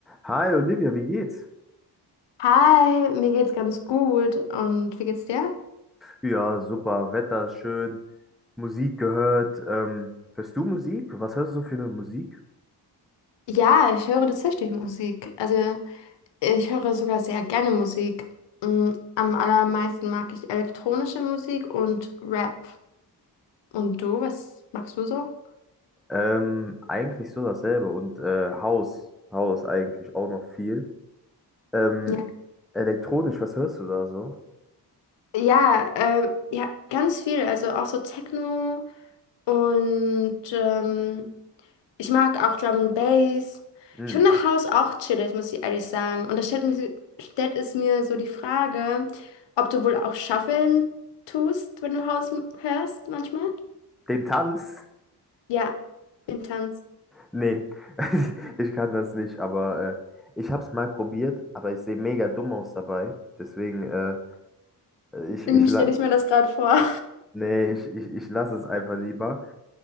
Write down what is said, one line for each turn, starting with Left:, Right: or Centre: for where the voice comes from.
Centre: Hi Olivia, wie geht's?
Left: Hi, mir geht's ganz gut. Und wie geht's dir?
Centre: Ja, super, Wetter ist schön, Musik gehört. Ähm, hörst du Musik? Was hörst du so für eine Musik?
Left: Ja, ich höre tatsächlich Musik. Also, ich höre sogar sehr gerne Musik. Mm, Am allermeisten mag ich elektronische Musik und Rap. Und du, was magst du so?
Centre: Ähm, eigentlich so dasselbe und äh, House, House eigentlich auch noch viel. Ähm,
Left: Ja,
Centre: elektronisch, was hörst du da so?
Left: ja, äh, ja, ganz viel. Also auch so Techno und ähm, Ich mag auch Drum and Bass.
Centre: Hm,
Left: Ich finde House auch chillig, muss ich ehrlich sagen. Und da stellt mich, so, stellt es mir so die Frage, ob du wohl auch Shuffeln tust, wenn du House m- hörst manchmal?
Centre: den Tanz?
Left: Ja, den Tanz.
Centre: Nee, <laughs> ich kann das nicht, aber äh, ich hab's mal probiert, aber ich sehe mega dumm aus dabei. Deswegen, äh, ich,
Left: Irgendwie
Centre: ich, la-
Left: stelle ich mir das gerade vor. <laughs>
Centre: nee, ich, ich, ich lasse es einfach lieber.